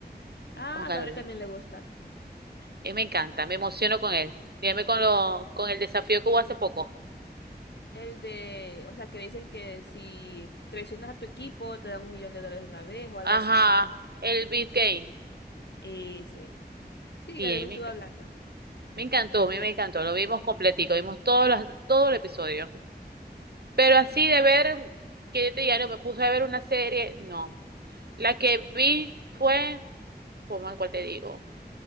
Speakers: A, on the left; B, on the right.
A: Ah,
B: con
A: a
B: Carol
A: Gabriel
B: Luis.
A: también le gusta.
B: Y me encanta, me emociono con él. Dígame con lo, con el desafío que hubo hace poco.
A: El de, o sea, que dicen que si traicionas a tu equipo te dan un millón de dólares de una vez o algo
B: Ajá,
A: así, ¿no?
B: el Beat Game.
A: Ese. Sí,
B: Sí,
A: Gabriel
B: a mí
A: me estuvo
B: me encanta.
A: hablando.
B: Me encantó, a mí me encantó. Lo vimos completico, vimos todos los, todo el episodio.
A: Mm.
B: Pero así de ver, que yo te diga, no, me puse a ver una serie, no. La que vi fue, como cual te digo,